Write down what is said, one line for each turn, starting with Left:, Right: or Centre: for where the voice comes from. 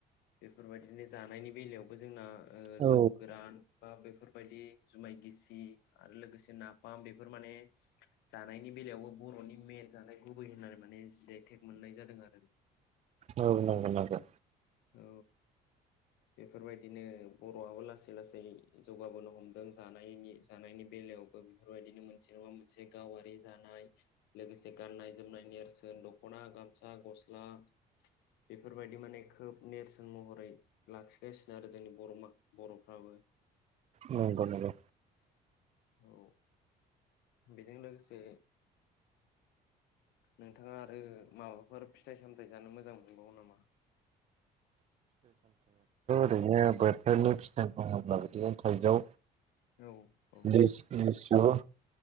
Left: बेफोरबायदिनो जानायनि बेलायावबो जोंना ओ
Right: औ
Left: जौ गोरान बा बेफोरबायदि जुमाय गिसि आरो लोगोसे नाफाम बेफोर माने जानायनि बेलायावबो बर नि मेन जानाय गुबै होननानै माने जियाय टेक मोननाय जादों आरो।
Right: नंगौ नंगौ
Left: औ बेफोरबायदिनो बर' आबो लासै लासै जौगाबोनो हमदों जानायनि जानायनि बेलायावबो बेफोरबायदिनो मोनसे नङा मोनसे गावारि जानाय लोगोसे गाननाय जोमनाय नेरसोन दखना गामसा गस्ला बेफोरबायदि माने खोब नेरसोन महरै लाखिगासिनो आरो जोंनि बर' मा बर'फ्राबो।
Right: नंगौ नंगौ
Left: औ बेजों लोगोसे नोंथांङा आरो माबाफोर फिथाइ सामथायाइ जानो मोजां मोनबावो नामा?
Right: बिदिनो बोथोरनि फिथाइ बुंङोब्ला बिदिनो थाइजौ
Left: औ औ
Right: निस निस नंगौ